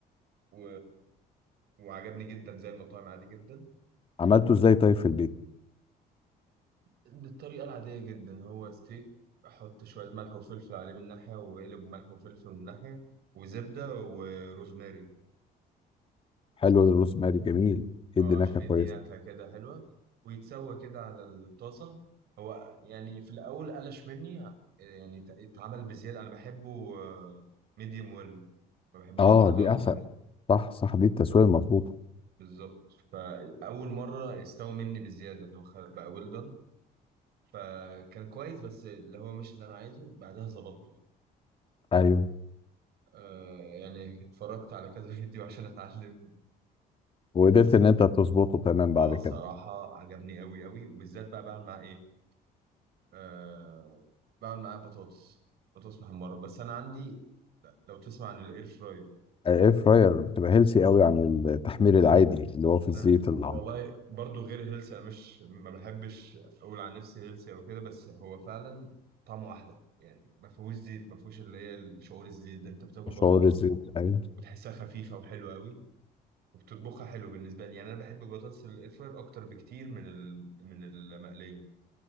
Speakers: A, on the right; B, on the left.
A: و... وعجبني جدا زي المطاعم عادي جدا
B: عملته ازاي طيب في البيت
A: بالطريقة العادية جدا هو ستيك أحط شوية ملح وفلفل عليه من ناحية وقلب ملح وفلفل من ناحية وزبدة وروزماري
B: حلو الروزماري جميل
A: اه
B: يدي نكهه
A: عشان يدي
B: كويسه
A: نكهة كده حلوة ويتسوى كده على الطاسة هو يعني في الأول قلش مني آه، يعني ات- اتعمل بزيادة أنا بحبه ميديوم ويل ما بحبوش
B: اه
A: ويل
B: دي
A: دون
B: احسن صح صح دي التسويه المظبوطه
A: بالظبط فأول مرة استوى مني بزيادة اللي هو خ- بقى ويل دون فكان كويس بس اللي هو مش اللي أنا عايزه بعدها ظبطته
B: ايوه
A: آه يعني اتفرجت على كذا <laughs> فيديو عشان اتعلم وبس
B: وقدرت ان انت تظبطه تمام بعد
A: اه صراحة
B: كده
A: عجبني قوي قوي وبالذات بقى بعمل معاه ايه آه بعمل معاه بطاطس بطاطس محمرة بس انا عندي لو تسمع عن الاير فراير
B: الاير فراير بتبقى هيلسي قوي عن التحمير العادي اللي هو في
A: انا
B: الزيت
A: والله
B: العميق
A: برضو غير هيلثي انا مش ما بحبش اقول عن نفسي هيلثي او كده بس هو فعلا طعمه احلى يعني ما فيهوش زيت ما فيهوش اللي هي شعور الزيت ده انت بتاكل
B: شعور
A: بطاطس
B: الزيت ايوه
A: وتحسها خفيفة وحلوة قوي وبتطبخها حلو بالنسبة لي يعني أنا بحب بطاطس الاير فراير أكتر بكتير من ال... من المقلية